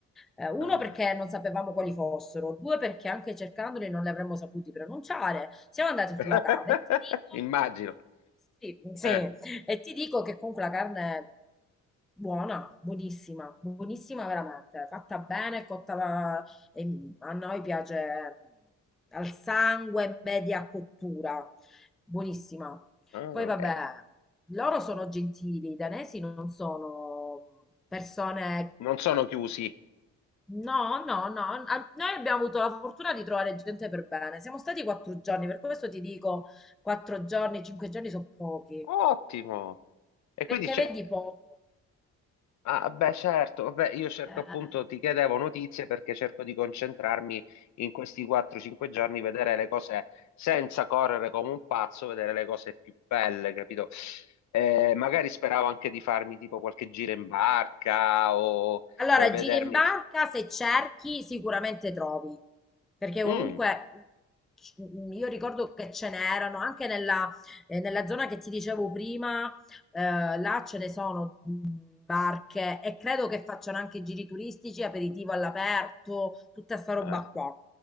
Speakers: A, in the centre; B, on the left.
A: Eh, uno
B: ah.
A: perché non sapevamo quali fossero, due perché anche cercandoli non li avremmo saputi pronunciare. Siamo andati
B: <laughs>
A: sulla carne e ti dico,
B: Immagino.
A: <laughs> sì,
B: Eh.
A: sì, e ti dico che comunque la carne è buona, buonissima, buonissima veramente, fatta bene, cotta e mm, a noi piace mm, al sangue, media cottura, buonissima.
B: Ah,
A: Poi vabbè,
B: eh.
A: loro sono gentili, i danesi non sono mm, persone...
B: Non sono chiusi.
A: No, no, no, a- noi abbiamo avuto la fortuna di trovare gente per bene. Siamo stati quattro giorni, per questo ti dico quattro giorni, cinque giorni sono pochi,
B: Ottimo. E quindi
A: perché
B: c'è...
A: vedi poco.
B: Ah, beh, certo. Vabbè, io cerco
A: Eh,
B: appunto, ti chiedevo notizie perché cerco di concentrarmi in questi 4-5 giorni, vedere le cose senza correre come un pazzo, vedere le cose più belle, capito? Eh, magari speravo anche di farmi tipo qualche giro in barca o
A: Allora,
B: eh, vedermi...
A: giri in barca, se cerchi sicuramente trovi, perché
B: Mm,
A: comunque c- io ricordo che ce n'erano anche nella, eh, nella zona che ti dicevo prima, eh, là ce ne sono mh, barche e credo che facciano anche giri turistici, aperitivo all'aperto, tutta sta roba
B: eh,
A: qua.